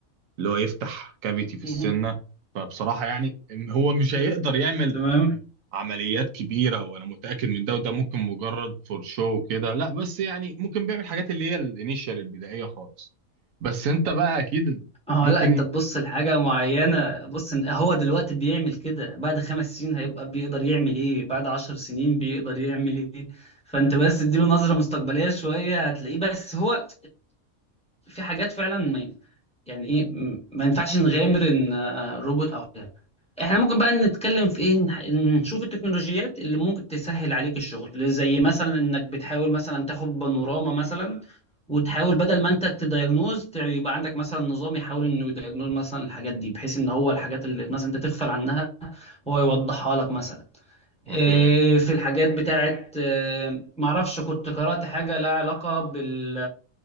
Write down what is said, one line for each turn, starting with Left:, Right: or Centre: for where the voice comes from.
Right: اللي هو يفتح كافيتي في
Centre: مم.
Right: السنه فبصراحه يعني إن هو مش هيقدر يعمل
Centre: تمام
Right: عمليات كبيره وانا متاكد من ده وده ممكن مجرد فور شو كده لا بس يعني ممكن بيعمل حاجات اللي هي الانيشال البدائيه خالص بس انت بقى اكيد
Centre: اه
Right: ممكن
Centre: لا انت تبص لحاجة معينة بص إن- هو دلوقتي بيعمل كده بعد خمس سنين هيبقى بيقدر يعمل ايه بعد عشر سنين بيقدر يعمل ايه فانت بس تديله نظرة مستقبلية شوية هتلاقيه بس هو في حاجات فعلا ما يعني ايه م- ما ينفعش نغامر ان آه، آه، روبوت او حاجه احنا ممكن بقى نتكلم في ايه نح- نشوف التكنولوجيات اللي ممكن تسهل عليك الشغل زي مثلا انك بتحاول مثلا تاخد بانوراما مثلا وتحاول بدل ما انت تدياجنوز ت- يبقى عندك مثلا نظام يحاول انه يدياجنوز مثلا الحاجات دي بحيث ان هو الحاجات اللي مثلا انت تغفل عنها هو يوضحها لك مثلا إيه،
Right: اوكي
Centre: في الحاجات بتاعت إيه، معرفش كنت قرأت حاجة لها علاقة بال